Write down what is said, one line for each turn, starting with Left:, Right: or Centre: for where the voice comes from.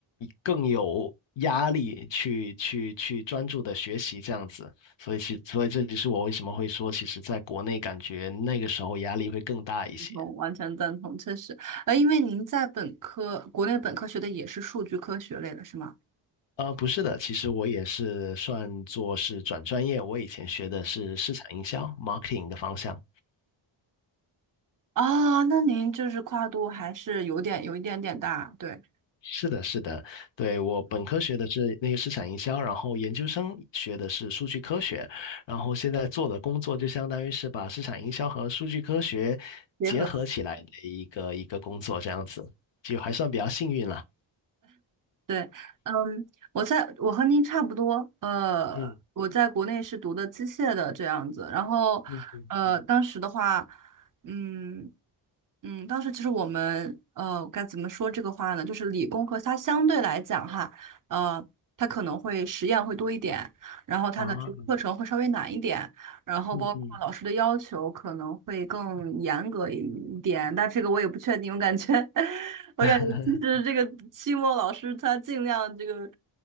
Left: 更有压力去去去专注的学习这样子。所以其所以这就是我为什么会说，其实在国内感觉那个时候压力会更大一些。
Right: 同，完全赞同，确实，呃，因为您在本科国内本科学的也是数据科学类的是吗？
Left: 呃，不是的，其实我也是算作是转专业，我以前学的是市场营销 marketing 的方向。
Right: 啊，那您就是跨度还是有点有一点点大，对。
Left: 是的，是的，对，我本科学的是那个市场营销，然后研究生学的是数据科学，然后现在做的工作就相当于是把市场营销和数据科学结合起来的一个一个工作，
Right: 结合。
Left: 这样子，就还算比较幸运了。
Right: 对，嗯，我在我和您差不多，呃，
Left: 嗯
Right: 我在国内是读的机械的这样子，然后，
Left: 嗯嗯嗯
Right: 呃，当时的话，嗯嗯，当时其实我们呃该怎么说这个话呢？就是理工科它相对来讲哈，呃，它可能会实验会多一点，然后它的这个课程会稍微难一点，
Left: 啊，
Right: 然后包括老师的要求可能会更严格一点，
Left: 嗯嗯，
Right: 但这个我也不确定。我感觉，<laughs> 我感觉其实这个期末老师他尽量这个
Left: <laughs>